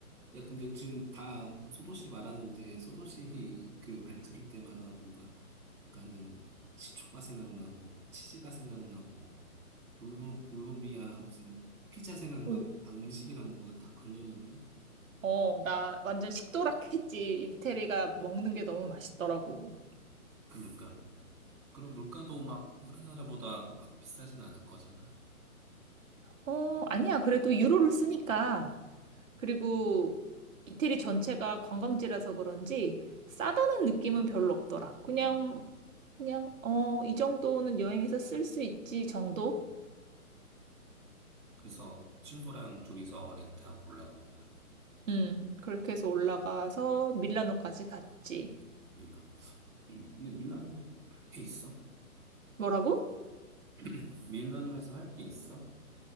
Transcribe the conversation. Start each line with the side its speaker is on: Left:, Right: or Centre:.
Centre: 야, 근데 지금 다 소도 씨 말하는데 소도 씨그 <laughs> 말 들을 때마다 뭔가 아까는 시초가 생각나고 치즈가 생각나고 볼로, 볼로비아 무슨 피자 생각나고
Right: 어,
Centre: 다 음식이랑 뭐가 다 관련이 있네.
Right: 어, 나 완전 식도락했지. 이태리가 먹는 게 너무 맛있더라고.
Centre: 그니까. 그리고 물가도 막 우리나라보다 막 비싸진 않을 거잖아.
Right: 어, 아니야. 그래도 유로를 쓰니까. 그리고 이태리 전체가 관광지라서 그런지 싸다는 느낌은 별로 없더라. 그냥,
Centre: 음.
Right: 그냥, 어, 이 정도는 여행에서 쓸 수 있지 정도?
Centre: 그래서 친구랑 둘이서 렌트하고 올라간 거야.
Right: 음, 그렇게 해서 올라가서 밀라노까지 갔지.
Centre: 밀라노. 음, <clears throat> 근데 밀라노 할게 있어?
Right: 뭐라고?
Centre: <clears throat> 밀라노에서 할게 있어?